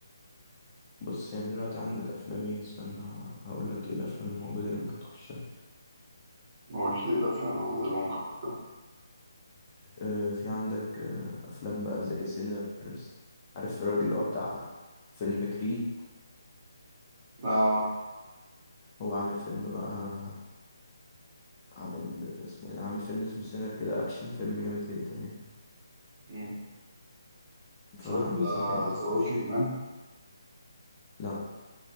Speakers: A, on the left; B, on the right.
A: بص يعني دلوقتي عندك أفلام إيه استنى هقولك إيه الأفلام الموجودة اللي ممكن تخشها
B: ما قلت لي الأفلام الموجودة اللي ممكن أخشها
A: آه، في عندك آه، افلام بقى زي سينرز عارف الراجل اللي هو بتاع فيلم كريد
B: آه
A: هو عامل فيلم بقى عامل اسمه إيه ده؟ عامل فيلم اسمه سينر كده اكشن فيلم جامد جدا يعني
B: أمم. اتفرجت
A: فانصحك
B: على
A: ان انت تخش
B: ذا ووكينج
A: لا